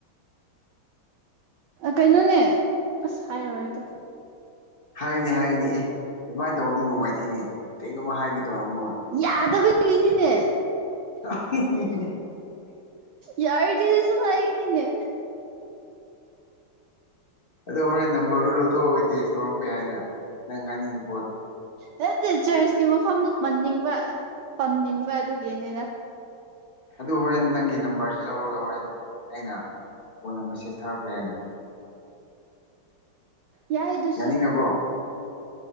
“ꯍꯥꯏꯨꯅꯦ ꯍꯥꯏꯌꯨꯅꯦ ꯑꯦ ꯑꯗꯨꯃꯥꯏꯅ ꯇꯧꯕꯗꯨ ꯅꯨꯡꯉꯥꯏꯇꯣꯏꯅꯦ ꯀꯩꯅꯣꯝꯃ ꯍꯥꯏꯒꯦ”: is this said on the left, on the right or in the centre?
Left